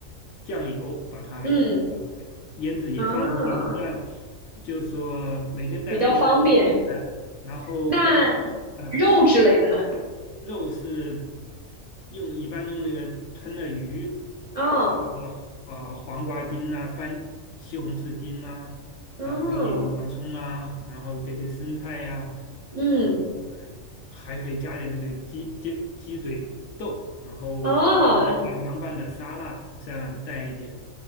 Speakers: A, on the left (about 65°); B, on the right (about 45°).
A: 酱油，把它啊
B: 嗯
A: 腌制也放在冰箱里，
B: 啊，
A: 这样就说每天带饭就带这些，
B: 比较方便。
A: 哎，然后会啊、
B: 那肉之类的呢？
A: 肉是用一般用那个吞了鱼，
B: 哦
A: 再给到呃黄瓜丁呐、番西红柿丁呐、
B: 嗯
A: 啊，给点洋葱啊，然后给点生菜呀、
B: 嗯
A: 啊，呃还可以加点那个鸡鸡鸡嘴豆，然后做成凉凉拌的沙拉，
B: 哦
A: 这样带一点。